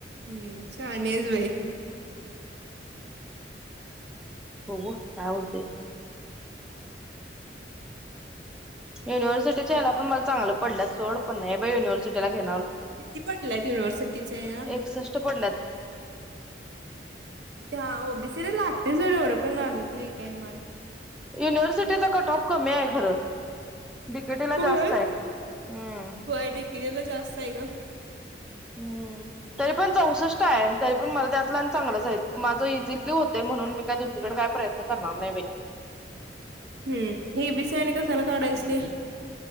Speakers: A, on the right (about 70°); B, in the centre.
A: हम्म, शहाणी हाईस बाई.
B: बघुव काय होतंय.
A: <inaudible>
B: युनव्हर्सिटीच्या यालापण मला चांगलं पडलल्यात सोडं, पण नाही बाई युनिवर्सिटीला घे
A: किती पडल्यात युनिव्हर्सिटीच्या या
B: एकसष्ट पडल्यात
A: हा. ओ बी सी ला लागतंय सोड, एवढं पण लागत नाही काय मार्क.
B: युनिव्हर्सिटीचा कटऑफ कमी आहे खरं. डिकेटीला
A: होय?
B: जास्त आहे हम्म.
A: होय, डीकेटीला जास्त आहे गं. <inaudible>
B: हम्म तरीपण चौसष्ट आहे. तरी पण मला त्यातलं आणि चांगलंच आहेत. माझं इझिकली होतंय, म्हणून मी काही दुसरीकडे काय प्रयत्न करणार नाही बाई.
A: हम्म. ई बी सी आणि कशाला काढायचं ते?